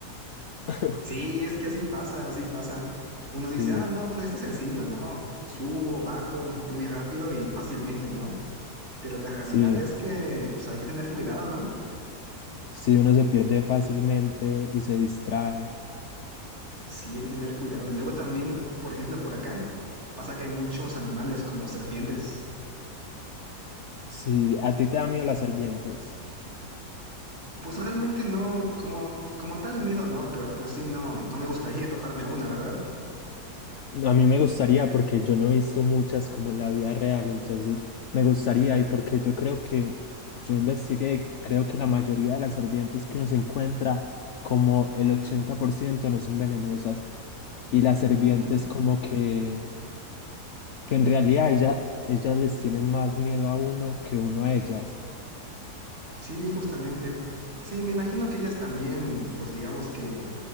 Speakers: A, on the left; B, on the right.
A: <laughs>
B: Sí, es que así pasa, así pasa. Uno
A: Sí,
B: dice, ah, no, pues está sencillo, ¿no? Subo, bajo muy rápido y fácilmente, ¿no? Pero la realidad
A: Sí,
B: es que pues, hay que tener cuidado, ¿no?
A: sí, uno se pierde fácilmente y se distrae.
B: Sí, hay que tener cuidado. Luego también, por ejemplo, por acá pasa que hay muchos animales como serpientes.
A: Sí, a ti te da miedo las serpientes.
B: Pues realmente no, como, como tal miedo, ¿no? Pero pues sí, no, no me gustaría <laughs> toparme a una, ¿verdad?
A: A mí me gustaría porque yo no he visto muchas como en la vida real, entonces me gustaría y porque yo creo que yo investigué, creo que la mayoría de las serpientes que uno se encuentra, como el 80% no son venenosas y las serpientes
B: Ujú.
A: como que, que en realidad ella, ellas les tienen más miedo a uno que uno a ellas.
B: Sí, justamente. Sí, me imagino que ellas también, pues digamos que